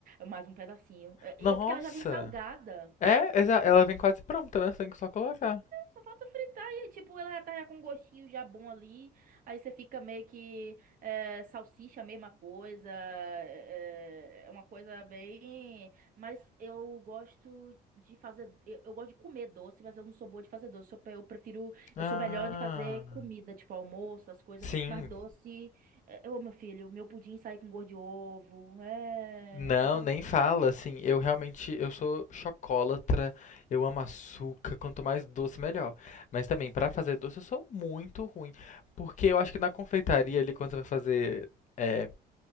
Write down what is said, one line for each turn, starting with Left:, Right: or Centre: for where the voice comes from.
Right: mais um pedacinho. É
Left: Nossa.
Right: é porque ela já vem salgada.
Left: É, exa- ela vem quase pronta, né? Você tem que só colocar.
Right: Só falta fritar e, tipo, ela já tá já com um gostinho já bom ali. Aí você fica meio que é, salsicha, a mesma coisa. É é uma coisa bem. Mas eu gosto de fazer. Eu, eu gosto de comer doce, mas eu não sou boa de fazer doce. Eu, pe- eu prefiro.
Left: Ah,
Right: Eu sou melhor de fazer comida, tipo almoço, as coisas.
Left: sim.
Right: Mas doce. é, Ô, meu filho, meu pudim sai com gosto de ovo. É.
Left: Não,
Right: É cada
Left: nem
Right: tristeza.
Left: fala, assim, eu realmente, eu sou chocólatra, eu amo açúcar, quanto mais doce, melhor. Mas também, pra fazer doce, eu sou muito ruim, porque eu acho que na confeitaria ali, quando você vai fazer é,